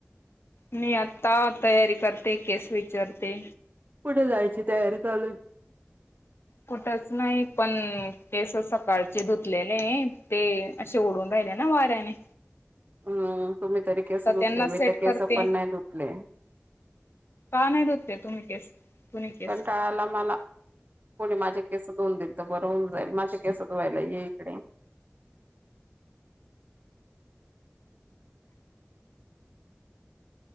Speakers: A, on the left (about 60°); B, on the right (about 45°).
A: मी आता तयारी करते केस विचारते.
B: कुठे जायची तयारी चालून
A: कुठच नाही पण केस सकाळचे धुतलेले ते अशे ओडंले ना वारनने.
B: हम्म तुम्ही तरी कसधुतले
A: त्यांना
B: मी
A: सेट
B: तर केस
A: करते
B: पण नाही धुतले.
A: का नाही द ते तुम्ही केस तु्ही केस.
B: कंटाळाला मला कोणी माझे केस धऊन देईल तर बरं होऊन जाईल माझे केस धुवायला ये इकडे <unintelligible>